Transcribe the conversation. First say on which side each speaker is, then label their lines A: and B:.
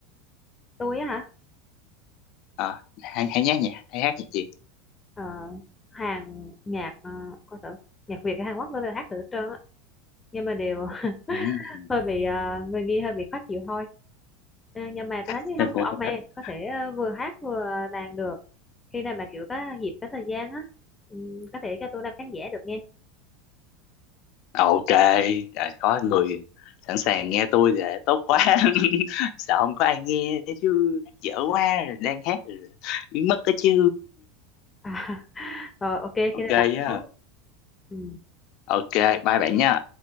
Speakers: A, on the left; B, on the left.
A: tôi á hả
B: à, hay hay nhá nhạc hay hát nhạc gì
A: Ờ, hàng nhạc à, coi thử nhạc Việt hay Hàn Quốc tôi đều hát được hết trơn á nhưng mà đều
B: Ừm.
A: hơi bị à, người nghi hơi bị khó chịu thôi Ờ, nhưng mà tôi
B: <laughs>
A: thấy hâm mộ ông em có thể ờ, vừa hát vừa đàn được khi nào mà kiểu có dịp có thời gian á ừm, có thể cho tôi làm khán giả được nghe
B: Ok, à, có người sẵn sàng nghe tôi thì tốt quá. <laughs> Sợ không có ai nghe chứ hát dở quá, đang hát rồi, biến mất cái chứ.
A: <laughs> à, rồi ok khi
B: Ok
A: nào đặt
B: nhá.
A: hứng ừ.
B: Ok, bye bạn nha.